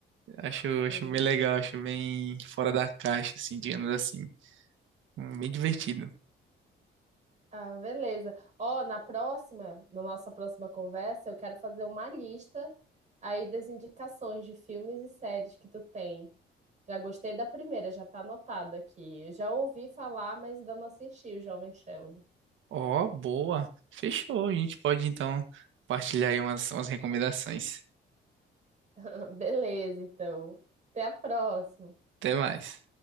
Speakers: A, on the right (about 75°); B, on the right (about 35°).
A: Acho,
B: Sim.
A: acho bem legal, acho bem fora da caixa, assim, digamos assim. Hum, Bem divertido.
B: Ah, beleza. Ó, na próxima, na nossa próxima conversa, eu quero fazer uma lista aí das indicações de filmes e séries que tu tem. Já gostei da primeira, já tá anotado aqui. Eu já ouvi falar, mas ainda não assisti o Jovem Sheldon.
A: Ó, boa. Fechou. A gente pode então compartilhar aí umas, umas recomendações.
B: <laughs> Beleza, então. Até a próxima.
A: Até mais.